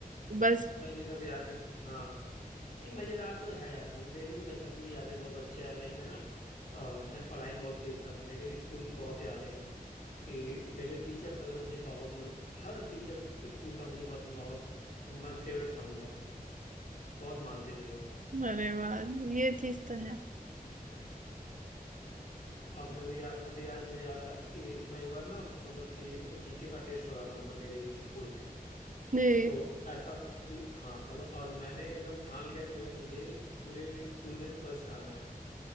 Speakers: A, on the right; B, on the left.
A: बस
B: लाइक ये सब यादें हाँ नहीं मजेदार तो है यार मतलब मेरी भी बचपन की यादें बहुत अच्छी है लाइक मैं ना अ, मैं पढ़ाई में बहुत तेज था तो मेरे स्कूल की बहुत यादें हैं कि मेरे टीचर्स वगैरह मुझे बहुत मतलब हर टीचर स्कूल का मुझे बहुत बहुत मैं फेवरेट था उनका बहुत मानते थे लोग
A: अरे वाह ये चीज तो है
B: आपने भी याद दिया है तो मुझे याद आया कि मैं एक बार ना मतलब कि जीके का टेस्ट हो रहा था मतलब मेरे स्कूल में
A: जी
B: तो ऐसा था कि हाँ मतलब और मैंने एकदम ठान लिया कि भाई मुझे पूरे स्कूल में फर्स्ट आना है